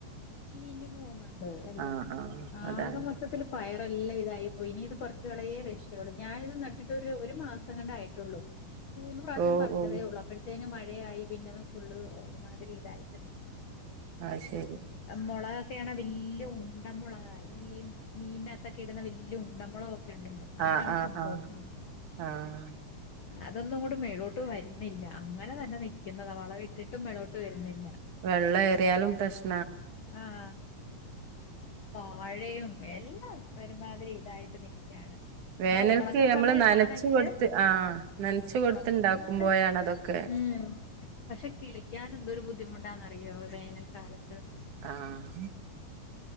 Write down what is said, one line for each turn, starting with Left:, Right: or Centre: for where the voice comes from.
Left: ചീഞ്ഞു പോകുന്നുണ്ട് എല്ലാം
Right: ആഹ് ആഹ്
Left: ആകെ
Right: അതാണ്
Left: മൊത്തത്തില് പയം ല്ലാം ഇതായിപ്പോയി ഇനി ഇത് പുറത്ത് കളയേ രഷയൊള്ളൂ ഞാന് ഇത് നട്ടിട്ട് ഒരു മാസം എങ്ങാണ്ടായിട്ടുള്ളു മൂന്ന് പ്രാവശ്യം
Right: ഓ
Left: പറിച്ചതേ
Right: ഓ
Left: ഉള്ളൂ അപ്പഴ് ഏന് മഴയായി പിന്നത് ഫുള്ള് ഒരുമാതിരി ഇതായിട്ട് നിൽക്കുന്നു
Right: ആഹ് ശരി
Left: മൊളകൊക്കെയാണേ വല്യ ഉണ്ട മൊളകാ ഈ മീനകത്തൊക്കെ ഇടുന്ന വല്യ ഉണ്ട മൊളകൊക്കെ ഉണ്ടല്ലോ അതാണ്
Right: ആഹ് ആഹ്
Left: സംഭവം
Right: ആഹ്
Left: ഉം
Right: ആഹ്
Left: അതൊന്നും ഇങ്ങട്ട് മേളോട്ട് വരുന്നില്ല അങ്ങനെ തന്നെ നിക്കുന്നതാ വളവിട്ടിട്ടും മേളോട്ട് വരുന്നില്ല
Right: വെള്ളം ഏറിയാലും പ്രശ്ന
Left: ആഹ് വാഴയും എല്ലാം ഒരുമാതിരി ഇതായിട്ട് നിക് എന്നാ
Right: വേനൽക്ക്
Left: ഒണക്ക്
Right: നമ്മള്
Left: സമയത്താണെങ്കില്
Right: നനച്ചു കൊടുത്ത് ആഹ് നനച്ചു കൊടുത്തുണ്ടാക്കുമ്പോഴാണ്
Left: ഒണക്ക് സമയത്ത്
Right: അതൊക്കെ
Left: ഉം പക്ഷെ കിളിക്കാൻ എന്തോരു ബുദ്ധിമുട്ട് എന്താന്നറിയോ വേനൽക്കാലം
Right: ആഹ്